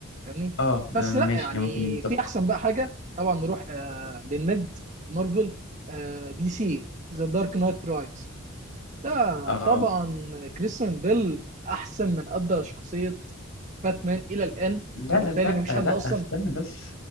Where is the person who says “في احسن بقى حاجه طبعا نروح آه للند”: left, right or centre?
Right